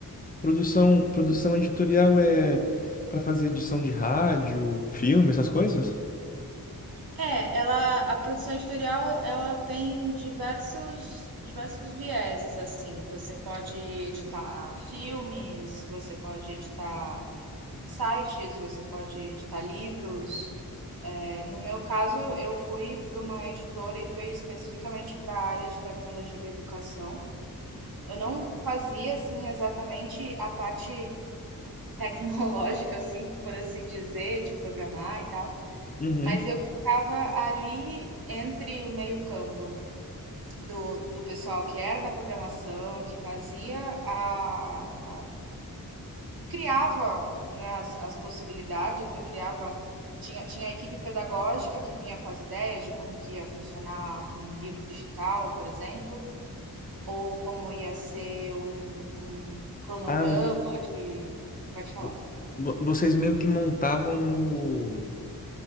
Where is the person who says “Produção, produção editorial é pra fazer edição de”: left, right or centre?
Left